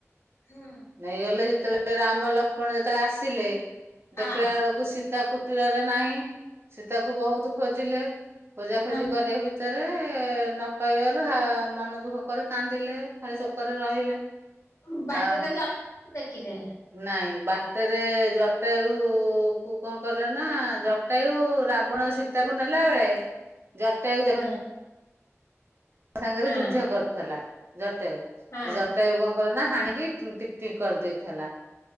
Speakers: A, on the left (about 80°); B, on the right (about 50°).
A: ହୁଁ।
B: ନେଇଗଲେ ଯେତେବେଳେ ରାମ ଲକ୍ଷ୍ମଣ ଯେତେବେଳେ ଆସିଲେ
A: ହଁ
B: ଦେଖିଲା ବେଳକୁ ସୀ ସୀତା କୁଟୀରରେ ନାହିଁ ସୀତାକୁ ବହୁତ ଖୋଜିଲେ ଖୋଜା
A: ହଁ
B: ଖୋଜି କରିବା ଭିତ୍ ଭିତରେ ନ ପାଇବାରୁ ମନ ଦୁଃଖ କରି କାନ୍ଦିଲେ। ଖାଲି ଶୋକରେ ରହିଲେ।
A: ହଁ ବାଟରେ
B: ତା
A: ଜଟାୟକୁ ଦେଖିଲେ।
B: ନାଇଁ ବାଟରେ ଜଟାୟୁ କୁ କଣ କଲେ ନା ଜଟାୟୁ ରାବଣ ସୀତାକୁ ନେଲା ବେଳେ ଜଟାୟୁ
A: ହଁ
B: ଦେଖ ସାଙ୍ଗରେ
A: ହଁ
B: ଯୁଦ୍ଧ କରିଥିଲା ଜଟାୟୁ
A: ହଁ
B: ଜଟାୟୁ କଣ ନା ହାଣିକି ଟିକ ଟିକ କରିଦେଇଥିଲା